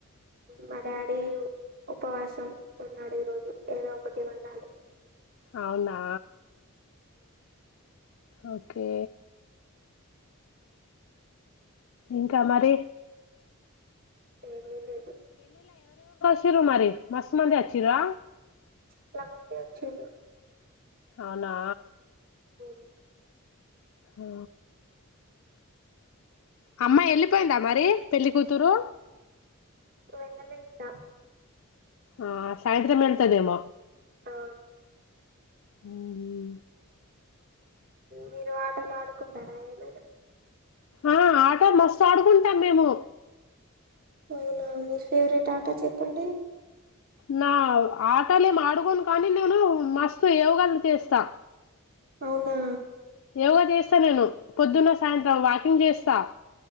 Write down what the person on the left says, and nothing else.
అవునా ఓకే ఇంకా మరి
అచ్చిరు మరి మస్త్ మందే అచ్చిరా
అవునా
హు అమ్మాయి వెళ్ళిపోయిందా మరి పెళ్ళికతురు
ఆ సాయంత్రం వెళ్తేదేమో
ఉహు
ఆ ఆట మస్తు ఆడుకుంటాం మేము
నా ఆటలే ఏం ఆడుకోను కానీ నేను మస్తు యోగాలు చేస్తా
ఏవో చేస్తా నేను పొద్దున్న సాయంత్రం వాకింగ్ చేస్తా